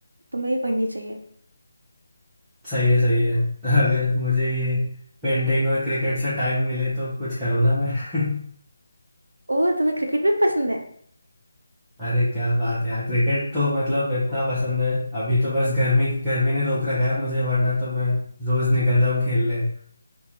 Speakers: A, on the right (about 60°); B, in the centre.
A: तुम्हें भी पढ़नी चाहिए
B: सही है सही है <laughs> अगर मुझे ये पेंटिंग और क्रिकेट से टाइम मिले तो कुछ करूँ ना मैं <laughs>
A: और तुम्हें क्रिकेट भी पसंद है
B: अरे क्या बात है यार क्रिकेट तो मतलब इतना पसंद है अभी तो बस गर्मी गर्मी ने रोक रखा है मुझे वरना तो मैं रोज निकल जाऊँ खेलने